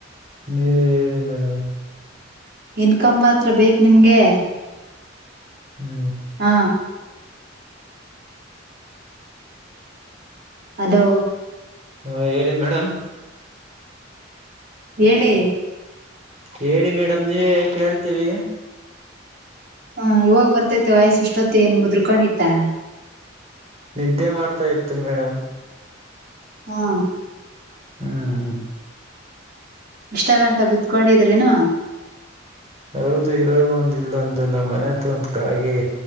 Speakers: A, on the right; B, on the right.
A: ನೀವ ಹೇಳಿ ಮೇಡಮ್
B: ಇನ್ಕಮ ಹತ್ರ ಬೇಕು ನಿಮ್ಗೆ
A: ಹ್ಮ್
B: ಹಾ ಅದು
A: ಹಾ ಹೇಳಿ ಮೇಡಮ್
B: ಏಳೆ
A: ಹೇಳಿ ಮೇಡಮ್ ನೀವೇ ಕೇಳ್ತೀವಿ
B: ಹ್ಮ ಇವಾಗ್ ಬರ್ತೈತೆ ವಯಸ್ಸ ಇಷ್ಟೊತ್ತ ಏನ್ ಮುದ್ರ ಕಂಡಿತಾ
A: ನಿದ್ದೆ ಮಾಡ್ತಾ ಇತ್ತು ಮೇಡಮ್
B: ಹಾ
A: ಹ್ಮ್
B: ಇಷ್ಟ ಗಂಟ್ಟೆ ಬಿತ್ಕೊಂಡಿದ್ರ ಏನು
A: ಹೌದು ಇವಾಗ ಒಂದ ಇಲ್ಲಂದು ನಮ್ಮ್ ಮನೆ ಹತ್ರ ಒಂದ್ ಕಾಗೆ